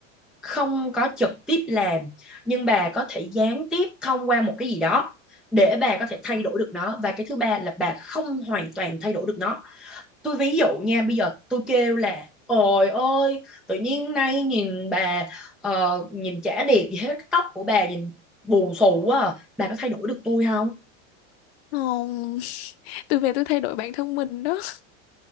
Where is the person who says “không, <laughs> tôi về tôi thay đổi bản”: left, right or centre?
Left